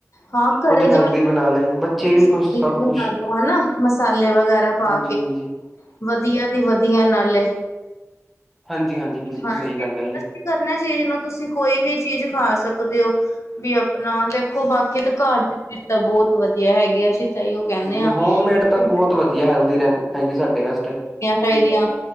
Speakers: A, on the left (about 60°); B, in the centre.
A: ਹਾਂ ਘਰੇ
B: ਕੁੱਝ ਹੈਲਦੀ
A: ਜਿਵੇਂ
B: ਬਣਾ ਲਏ ਬੱਚੇ ਵੀ
A: ਸੀਆਂ
B: ਖੁਸ਼ ਸਭ
A: ਬਣਾਾਲੋ
B: ਖੁਸ਼।
A: ਹਨਾ, ਮਸਾਲੇ ਵਗੈਰਾ ਪਾ
B: ਹਾਂਜੀ-ਹਾਂਜੀ,
A: ਕੇ, ਵਧੀਆ ਦੀ ਵਧੀਆ ਨਾਲੇ।
B: ਹਾਂਜੀ-ਹਾਂਜੀ ਬਿਲਕੁਲ
A: ਹਾਂਜੀ,
B: ਸਹੀ ਗੱਲ ਹੈ ਜੀ।
A: ਕਰਨਾ ਚੀਜ਼ ਨੂੰ ਤੁਸੀਂ ਕੋਈ ਵੀ ਚੀਜ਼ ਖਾ ਸਕਦੇ ਓ। ਵੀ ਆਪਣਾ ਦੇਖੋ ਬਾਕੀ ਤੇ ਘਰ ਦੀ ਚੀਜ਼ ਤਾਂ ਬਹੁਤ ਵਧੀਆ ਹੈਗੀ ਆ ਅਸੀਂ ਤਾਂਹੀਓ ਕਹਿੰਨੇ
B: ਹਾਂਜੀ
A: ਆ
B: ਹੋਮਮੇਡ
A: <unintelligible>
B: ਤਾਂ ਬਹੁਤ ਵਧੀਆ ਹੈਲਦੀ ਰਹਿੰ ਹੈਗੀ ਸਾਡੇ ਵਾਸਤੇ
A: ਚਾਹੀਦੀਆਂ